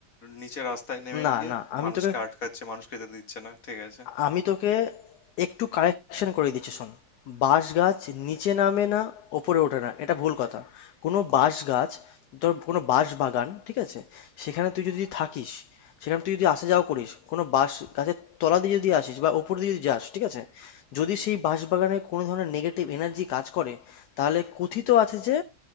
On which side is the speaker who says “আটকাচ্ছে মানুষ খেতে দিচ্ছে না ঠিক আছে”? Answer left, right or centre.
Left